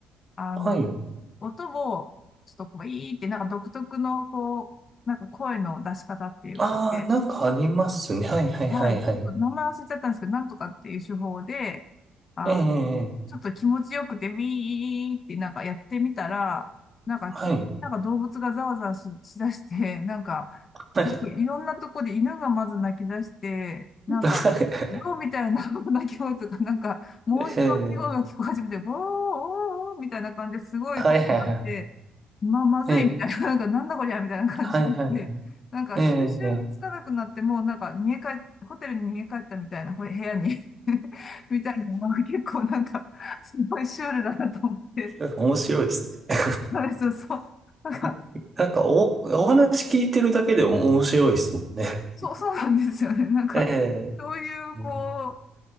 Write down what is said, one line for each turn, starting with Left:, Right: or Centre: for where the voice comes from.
Left: あの、
Right: はい。
Left: 音も、ちょっとこう、いいって、なんか独特の、こう、なんか声の出し方っていうかで、
Right: ああ、なんかありますね。はい、はい、
Left: はい、
Right: はい、はい。
Left: ちょっと名前忘れちゃったんですけど、なんとかっていう手法で、あ
Right: ええ、
Left: ちょっと気持ちよくて、ビーってなんかやってみたら、なんか急になんか動物がざわざわし、
Right: はい。
Left: しだして、<laughs> なんか、
Right: はい。
Left: すごいいろんなとこで犬がまず泣き出して、なんか、
Right: <laughs>
Left: ゾウみたいな <laughs> 鳴き声 <laughs> とか、なんか、申し訳鳴き声が聞こえ始めて、
Right: ええ、
Left: ボー、おー、おーみたいな感じですごいことになって、
Right: はい、はい、は
Left: ま、まずいみたいな、
Right: い。ええ、
Left: <laughs> なんか、なんだこりゃみたいな感じになって、
Right: はい、はい、はい。
Left: なんか、
Right: ええ、
Left: 収拾がつかなくなって、もうなんか、逃げ帰っ、ホテルに逃げ帰ったみたいな、ほ部屋に <laughs> みたいなのが結構なんか、すごいシュールだなと思って、
Right: <laughs> 面白いですね。
Left: なんかそう、そうなんか、
Right: <laughs> なんかお、お話聞いてるだけでも面白いですもんね。
Left: そう、そうなんですよね。なんか、
Right: ええ、
Left: そういう、
Right: うん
Left: こ